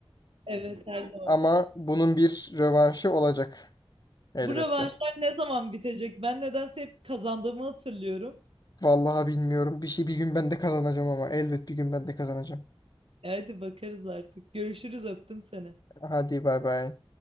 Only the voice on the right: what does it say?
Evet her zaman.
Bu rövanşlar ne zaman bitecek? Ben nedense hep kazandığımı hatırlıyorum.
E, Hadi bakarız artık. Görüşürüz öptüm seni.